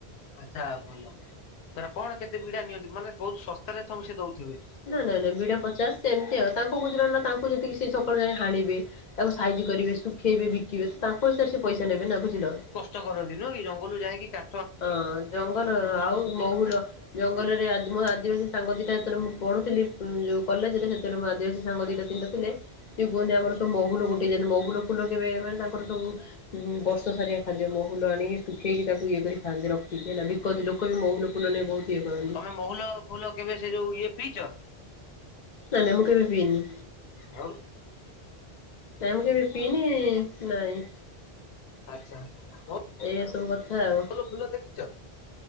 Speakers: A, on the left; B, on the left.
A: ଆଚ୍ଛା ଆଉ ଭଲ ତାର କଣ କେତେ ବିଡା ନିଅନ୍ତି? ମାନେ ବହୁତୁ ଶସ୍ତାରେ ତମେ ସିଏ ଦଉଥିବେ।
B: ନାଇଁ ନାଇଁ ନାଇଁ ବିିଡ଼ା ପଚାଶ ଏମିତି ଆଉ ତାଙ୍କ ଗୁଜୁରାଣ ନା ତାଙ୍କୁ ଯେତିକି ସିଏ ସକାଳୁ ଯାଇ ହାଣିବେ। ତାକୁ ସାଇଜି କରିବେ ଶୁଖେଇବେ ବିକିବେ ତ ତାଙ୍କ ହିସାବରେ ସେ ପଇସା ନେବେ ନା ବୁଝିଲ।
A: ଚ କରନ୍ତି ନୁଅଁ କି ଜଙ୍ଗଲରୁ ଯାଇକି କା
B: ହଁ ଜଙ୍ଗଲ ଆଉ ମହୁଲ ଜଙ୍ଗଲରେ ଆଦିମ ମୋ ଆଦିବାସୀ ସାଙ୍ଗ ଦିଟା ଯେତଳେ ମୁଁ ପଢୁଥିଲି ଯୋଉ କଲେଜ ରେ ସେ ତଳେ ମୋ ଆଦିବାସୀ ସାଙ୍ଗ ଦିଟା ତିନ ଟା ଥିଲେ। ସେ କୁହନ୍ତି ଆମର ସବୁ ମହୁଲ ଗୋଟେଇ ଯାଆନ୍ତି ମହୁଲ ଫୁଲ କେବେ ମାନେ ତାଙ୍କର ସବୁ ଉଁ ବର୍ଷ ସାରିଆ ଖାଦ୍ୟ ମହୁଲ ଆଣିକି ଶୁଖେଇକି ତାକୁ ଇଏ କରି ଖଆନ୍ତି ରଖିକି ହେଲା ବିକନ୍ତି ଲୋକ ବି ମହୁଲ ଫୁଲ ନେଇ ବହୁତ ଇଏ କରନ୍ତି।
A: ତମେ ମହୁଲ ଫୁଲ କେବେ ସେ ଯୋଉ ଇଏ ପିଇଚ?
B: ନାଇଁ ନାଇଁ ମୁଁ କେବେ ପିଇନି।
A: ଆଉ।
B: ନାଇଁ ମୁଁ କେବେ ପିଇନି ନାଇଁ।
A: ଆଚ୍ଛା ଆଚ୍ଛା ବୋ
B: ଏଇଆ ସବୁ କଥା ଆଉ।
A: ବଉଳ ଫୁଲ ଦେଖିଚ?